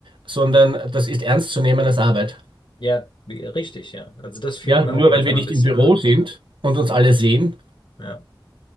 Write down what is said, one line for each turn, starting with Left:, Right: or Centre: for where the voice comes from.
Right: sondern das ist ernst zu nehmen als Arbeit.
Left: Ja, wie- richtig, ja. Also das fehlt
Right: Ja,
Left: mir
Right: nur
Left: auch manchmal
Right: weil wir nicht
Left: ein bisschen,
Right: im Büro
Left: ja.
Right: sind und uns alle sehen.
Left: Ja.